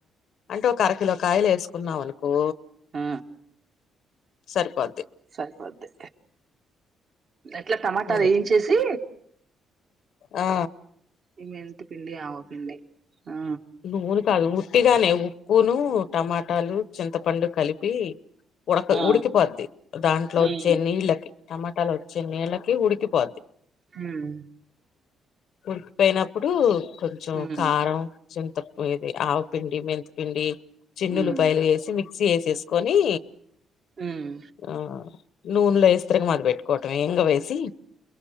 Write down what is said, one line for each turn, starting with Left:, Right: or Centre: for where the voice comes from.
Left: అంటే ఒక అరకిలో కాయలు ఏసుకున్నావ్ అనుకో
Right: ఆ
Left: సరిపోద్
Right: సరిపోద్ది ట్లా టమాటాల్
Left: అది
Right: ఏయించేసీ
Left: ఆ
Right: ఈ మెంతి పిండి ఆవ పిండి ఆ
Left: నూను కాదు ఉట్టిగానే ఉప్పూనూ టమాటాలు చింతపండు కలిపీ ఉడకద్
Right: ఆ
Left: ఉడికిపోద్ది దాంట్లో
Right: ఉమ్
Left: వచ్చే నీళ్ళకి టమాటాల్ ఒచ్చే నీళ్ళకి ఉడికిపోద్ది
Right: హుమ్
Left: ఉడికిపోయినప్పుడు కొంచెం
Right: ఉమ్
Left: కారం చింతప్ ఇది ఆవు పిండి మెంత్ పిండీ చిన్నులుయలు
Right: ఉమ్
Left: ఏసి మిక్సీ యేసేసుకొనీ
Right: ఉమ్
Left: ఆ నూన్లో ఎస్ తరుగా మారుగా పెట్టుకోటమే ఇంగువేసి